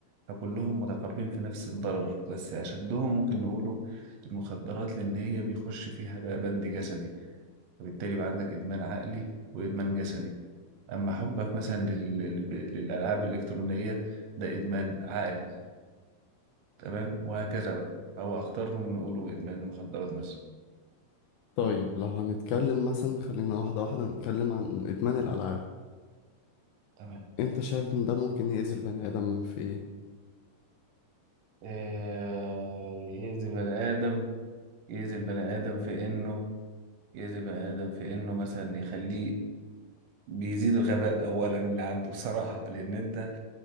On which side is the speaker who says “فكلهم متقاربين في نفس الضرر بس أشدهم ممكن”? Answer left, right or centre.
Right